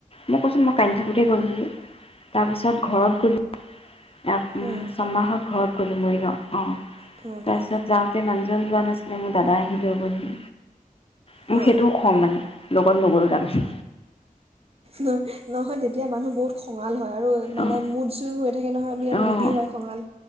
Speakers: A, on the left (about 40°); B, on the right (about 40°).
A: মই কৈছোঁ মই কান্দি থাকোঁতেই গ'ল বুলি। তাৰপিছত ঘৰত গলোঁ অ
B: অঁ
A: ছমাহত ঘৰত কোনটো মৰিগাওঁ? অঁ
B: হুম
A: তাৰপিছত
B: হুম
A: যাওঁ। যোৱা নাছিলে আমাৰ দাদা আহি লৈ গ'ল বুলি। মোক
B: হুম।
A: সেইটোও খং মানে। লগত নগ'ল তাৰমানে
B: ন নহয় তে তিয়া মানুহ বহুত খঙা ল হয় আৰু মানে
A: অঁ
B: মুড চুইং হৈ থাকে নহয়। বিৰাট
A: অঁ
B: মুডী হয় খঙাল